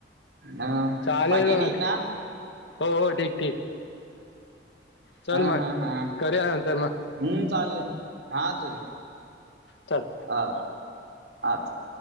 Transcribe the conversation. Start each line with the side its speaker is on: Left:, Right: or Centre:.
Right: अ
Left: चालेल
Right: बाकी
Left: मग
Right: ठीक ना
Left: हो हो ठीक ठीक चल
Right: हा
Left: मग
Right: हा हा
Left: करूया नंतर मग
Right: ह चालेल हा चल
Left: चल
Right: हा अच्छा